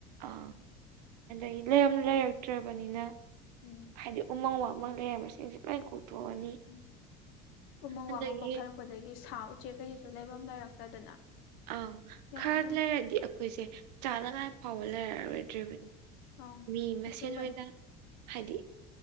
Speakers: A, on the right; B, on the left.
A: ꯑꯥ ꯑꯗꯩ ꯂꯩꯔꯝ
B: ꯑꯗꯩ
A: ꯂꯩꯔꯛꯇ꯭ꯔꯕꯅꯤꯅ
B: ꯎꯝ
A: ꯍꯥꯏꯗꯤ ꯎꯃꯪ ꯋꯥꯃꯪ ꯂꯩꯕ ꯃꯁꯤꯡꯁ ꯂꯣꯏ ꯀꯣꯛꯊꯣꯛꯑꯅꯤ
B: ꯎꯝ ꯎꯃꯪ
A: ꯑꯗꯒꯤ
B: ꯋꯥꯃꯪ ꯀꯣꯛꯊꯔꯛꯄꯗꯒꯤ ꯁꯥ ꯎꯆꯦꯛꯈꯩꯁꯤꯁꯨ ꯂꯩꯐꯝ ꯂꯩꯔꯛꯇꯗꯅ
A: ꯑꯪ
B: ꯌꯥꯝꯅ
A: ꯈꯔ ꯂꯩꯔꯗꯤ ꯑꯩꯈꯣꯏꯁꯦ ꯆꯥꯅꯉꯥꯏ ꯐꯥꯎꯕ ꯂꯩꯔꯛꯑꯔꯣꯏꯗ꯭ꯔꯤꯕꯅꯤ
B: ꯑꯪ
A: ꯃꯤ ꯃꯁꯦꯟ
B: ꯑꯆꯨꯝꯕꯅꯤ
A: ꯑꯣꯏꯅ ꯍꯥꯏꯗꯤ